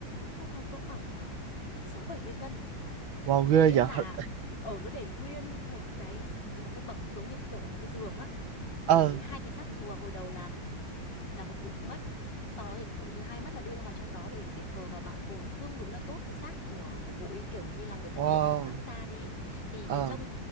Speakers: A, on the left; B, on the right.
A: nó to cỡ khoảng ờ, sáu bảy mươi cân
B: wow ghê
A: có nghĩa
B: vậy
A: là
B: Thật-
A: ở nó để nguyên một cái một cái bậc giống như kiểu là một cái giường á
B: ờ
A: thì hai cái xác rùa hồi đầu là là một cụ mất sau đó thì cụ thứ hai mất là đưa vào trong đó để để thờ và bảo tồn tương đối là tốt cái xác của của cụ ấy kiểu như là người ta
B: wow
A: nhựa hóa cái da đi ấy. thì
B: ờ
A: thì trông